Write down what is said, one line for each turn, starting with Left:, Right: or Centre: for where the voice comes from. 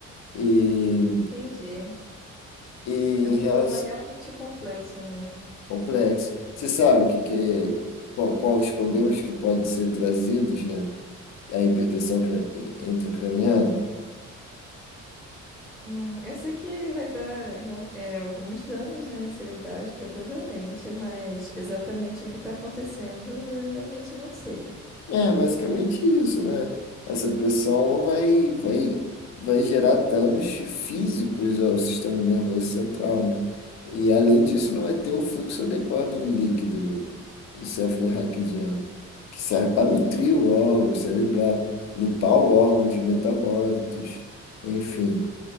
Left: E,
Centre: Entendi.
Left: e em
Centre: É um problema
Left: relação
Centre: realmente complexo, né?
Left: Complexo. Você sabe o que, que é- qual, qual os problemas que podem ser trazidos, né? A hipertensão cra- intracraniana?
Centre: Hum, eu sei que vai dar real- é, alguns danos, né, cerebrais, provavelmente, mas exatamente o que está acontecendo eu realmente não sei.
Left: É basicamente isso, né? Essa pressão vai, vai, vai gerar danos físicos ao sistema nervoso central, né? E além disso, não vai ter o fluxo adequado líquido encefalorraquidiano, que serve para nutrir o órgão, serve para limpar o órgão de metabólitos, enfim.